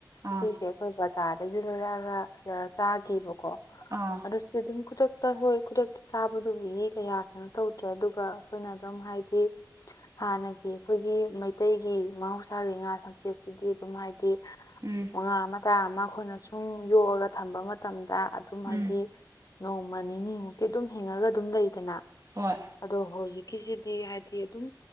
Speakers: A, on the right; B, on the left.
A: ꯑꯥ
B: ꯁꯤꯁꯦ ꯑꯩꯈꯣꯏ ꯕꯖꯥꯔꯗꯒꯤ ꯂꯣꯏꯔꯛꯑꯒ ꯆꯥꯒꯕꯀꯣ
A: ꯑꯥ
B: ꯑꯗꯨꯗ ꯁꯤ ꯈꯗꯛꯇ ꯍ ꯈꯗꯛꯇ ꯆꯥꯕꯗꯨꯕꯨꯗꯤ ꯀꯌꯥ ꯀꯩꯅꯣ ꯇꯧꯗ꯭ꯔꯦ ꯑꯗꯨꯒ ꯑꯩꯈꯣꯏꯅ ꯑꯗꯨꯝ ꯍꯥꯏꯗꯤ ꯍꯥꯟꯅꯒꯤ ꯑꯩꯈꯣꯏꯒꯤ ꯃꯩꯇꯩꯒꯤ ꯃꯍꯧꯁꯥꯒꯤ ꯉꯥ ꯁꯝꯆꯦꯠꯁꯤꯗꯤ ꯑꯗꯨꯝ ꯍꯥꯏꯗꯤ
A: ꯎꯝ
B: ꯉꯉꯥ ꯑꯃ ꯇꯥ ꯑꯃ ꯑꯩꯈꯣꯏꯅ ꯁꯨꯝ ꯌꯣꯛꯑꯒ ꯊꯝꯕ ꯃꯇꯝꯗ ꯑꯗꯨꯝ
A: ꯎꯝ
B: ꯍꯥꯏꯗꯤ ꯅꯣꯡꯃ ꯅꯤꯅꯤꯃꯨꯛꯇꯤ ꯑꯗꯨꯝ ꯍꯤꯡꯉꯒ ꯑꯗꯨꯝ ꯂꯩꯗꯅ
A: ꯍꯣꯏ
B: ꯑꯗꯣ ꯍꯧꯖꯤꯛꯀꯤꯁꯤꯗꯤ ꯍꯥꯏꯗꯤ ꯑꯗꯨꯝ